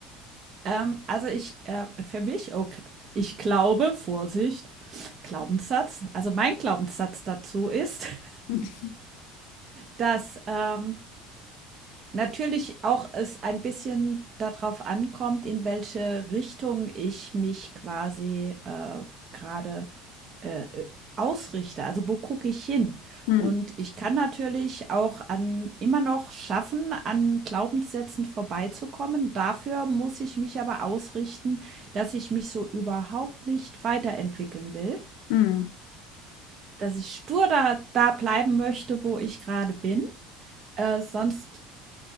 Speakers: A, on the right (about 35°); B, on the left (about 75°).
A: Ähm, also ich, äh, für mich, okay, ich glaube, Vorsicht, Glaubenssatz, also mein Glaubenssatz dazu ist, <laughs>
B: <laughs>
A: dass ähm, natürlich auch es ein bisschen darauf ankommt, in welche Richtung ich mich quasi äh, gerade äh, äh, ausrichte. Also wo gucke ich hin?
B: Hm,
A: Und ich kann natürlich auch an immer noch schaffen, an Glaubenssätzen vorbeizukommen. Dafür muss ich mich aber ausrichten, dass ich mich so überhaupt nicht weiterentwickeln will,
B: hm,
A: dass ich stur da, da bleiben möchte, wo ich gerade bin. Äh, sonst,